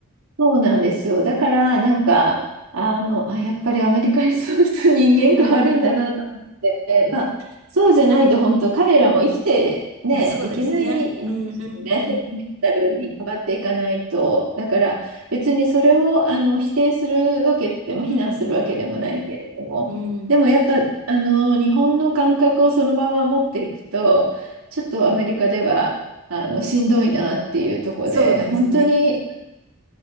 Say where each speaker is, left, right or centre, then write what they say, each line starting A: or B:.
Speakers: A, on the right; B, on the right.
A: そうなんですよ。だから、なんか、あの、あ、やっぱりアメリカにそうすると人間変わるんだなと思って、
B: うん。
A: まあ、そうじゃないと、本当、彼らも生きて、ね、
B: まあ、そうですね。
A: いけないんですよね、
B: うんうんうん。
A: そういうメンタルに変わっていかないと。だから、別にそれをあの否定するわけでも、
B: うん。
A: 非難するわけでもないけれども、
B: うん。
A: でもやっぱ、あの、日本の感覚をそのまま持っていくと、ちょっとアメリカでは、あのしんどいなっていうところで本当に
B: そうですね。